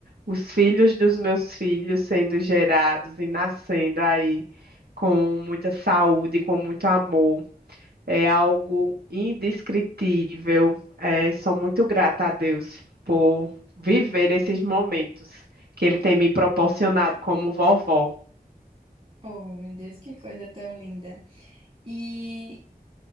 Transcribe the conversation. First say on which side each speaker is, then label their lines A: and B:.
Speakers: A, on the right; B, on the right.
A: os filhos dos meus filhos sendo gerados e nascendo aí com muita saúde, com muito amor. É algo indescritível. É, sou muito grata a Deus por viver esses momentos que Ele tem me proporcionado como vovó.
B: Oh, meu Deus, que coisa tão linda. E